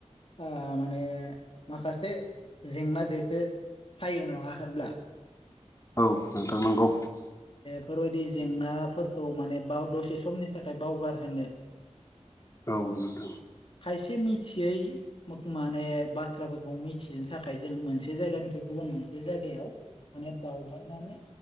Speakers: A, on the left; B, on the left.
A: ओ माने माखासे जेंना जेथो थायो नङा होमब्ला?
B: औ नोंथां नंगौ।
A: बेफोरबायदि जेंनाफोरखौ माने बा दसे समनि थाखाय बावगारहोनो
B: औ नोंथां
A: एसे मिथियै माने बाथ्राफोरखौ मिथिनो थाखाय जों मोनसे जायगानिफ्राय गुबुन मोनसे मोनसे जायगायाव माने दावबायनानै